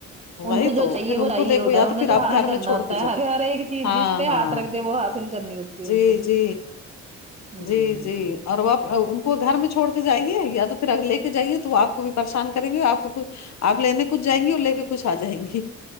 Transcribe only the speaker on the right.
ان کو
جو چاہیے
وہ چاہیے
ہوتا
ہے انہیں
تو
حاصل
کرنا
ہوتا
ہے ہر ایک چیز
جس پہ
ہاتھ رکھ دے وہ حاصل کرنی ہوتی ہے
ان کو تو
ہوں